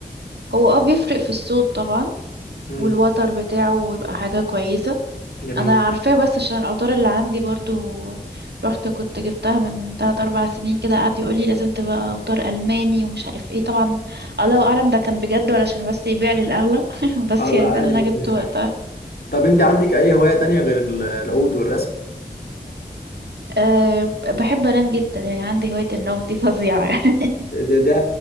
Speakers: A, on the right; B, on the left.
A: هو اه بيفرق في الصوت طبعا
B: امم
A: والوتر بتاعه يبقى حاجة كويسة
B: جميل
A: أنا عارفاه بس عشان الأوتار اللي عندي برضو رحت كنت جبتها من تلات أربع سنين كده قعد يقولي لازم تبقى أوتار ألماني ومش عارف ايه طبعا الله أعلم ده كان بجد ولا عشان بس يبيع لي الأغلى <laughs> بس
B: اه لا
A: يعني
B: عادي
A: ده اللي
B: ممكن
A: أنا جبته وقتها
B: طب انت عندك اي هوايه تانية غير ال- العود والرسم
A: أه بحب أنام جدا يعني عندي هواية النوم دي فظيعة <laughs> يعني
B: ده, ده